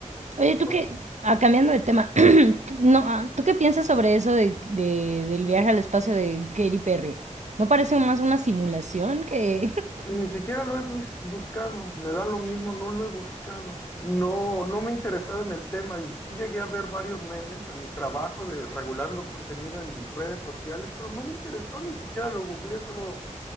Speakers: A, on the right (about 65°); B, on the left (about 15°).
A: Oye, ¿tú
B: os-
A: qué? ah, cambiando de tema, <clears throat> tú- no, ah, ¿tú qué piensas sobre eso de, de- del viaje al espacio de Katy Perry? ¿No parece más una simulación que...? <laughs>
B: Ni siquiera lo he bus- buscado, me da lo mismo, no lo he buscado. No, no me he interesado en el tema y sí llegué a ver varios memes en mi trabajo de regulando contenido en redes sociales, pero no me interesó, ni siquiera lo googleé, solo